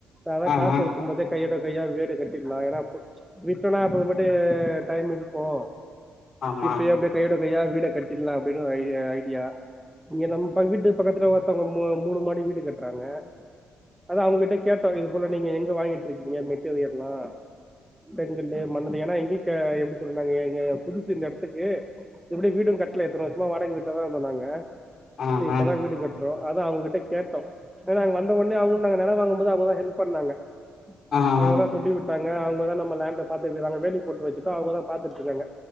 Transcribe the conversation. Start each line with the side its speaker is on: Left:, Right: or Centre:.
Centre: அதா
Left: ஆ
Centre: காசுருக்கும்போதே
Left: ஆ
Centre: கையோட கையா வீடு கட்டிட்லாம் ஏனா விட்டனா அப்புறமெட்டு டைமிருக்கோ
Left: ஆமா
Centre: இப்பயே அப்டி கையோட கையா வீட கட்டில்லா அப்டின் ஒரு ஐடிய ஐடியா இங்க நம்ப்ப வீட்டு பக்கத்துல ஒருத்தங்க மூ மூணு மாடி வீடு கட்றாங்க அதா அவுங்ககிட்ட கேட்ட இது போல நீங்க எங்க வாங்கிட்றிக்கீங்க மெட்டீரியெல்லா செங்கல்லு மணலு ஏனா எங்கயு கெ எப்டி சொல்ற நாங்க எங்க புதுசு இந்த எடத்துக்கு இப்டி வீடும் கட்ல இத்ன வருஷமா வாடக வீட்ல தா இருந்தோ நாங்க
Left: ஆ
Centre: சரி இப்பதான்
Left: ஆ
Centre: வீடு கட்றோ அதா அவுங்ககிட்ட கேட்ட ஏனா வந்த ஒன் சே அவுங்குன் நாங்க நெலம் வாங்கும்போது அவுங்கதா ஹெல்ப் பண்ணாங்க
Left: ஆ ஆ
Centre: அவுங்க தா சொல்லிவுட் டாங்க அவுங்கதான் நம்ம லேண்ட பாத்துட்ருக்காங்க வேலி போட்டு வச்சுட்டோ அவுங்கதா பாத்துட்ருக்காங்க